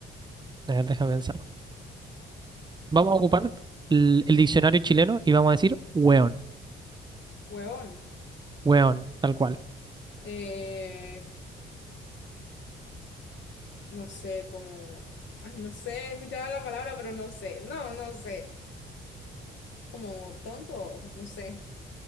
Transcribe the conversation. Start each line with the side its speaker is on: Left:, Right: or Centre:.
Right: a ver, déjame pensar. Vamos a ocupar el, el diccionario chileno y vamos a decir weón,
Left: huevón.
Right: weón, tal cual.
Left: Eh, no sé, como. Ay, no sé, escuchaba la palabra, pero no sé. No, no sé. Como tonto, no sé.